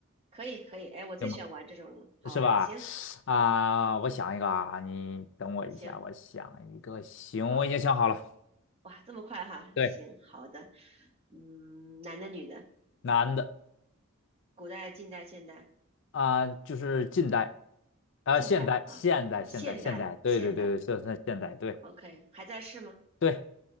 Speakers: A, on the right; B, on the left.
A: 可以可以。哎，我最喜欢玩这种了，
B: 行吗？
A: 好玩儿。
B: 是吧？
A: 行
B: 啊，我想一个啊，你等我一下，
A: 行，
B: 我想一个。行，
A: 好
B: 我已经想好了。
A: 哇，这么快哈？
B: 对，
A: 行，好的。嗯，男的女的，
B: 男的
A: 古代、近代、现代、
B: 啊，就是近代，啊，
A: 近代啊，
B: 现代，现代，现代，
A: 现代现代。
B: 现代，对对对对，就是现代，对
A: OK，还在世吗？
B: 对